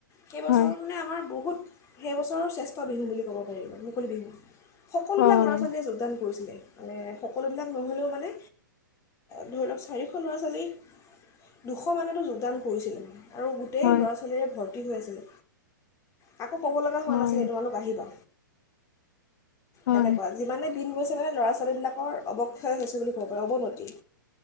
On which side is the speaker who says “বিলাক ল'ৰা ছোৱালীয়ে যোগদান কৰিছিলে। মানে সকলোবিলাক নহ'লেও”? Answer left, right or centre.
Left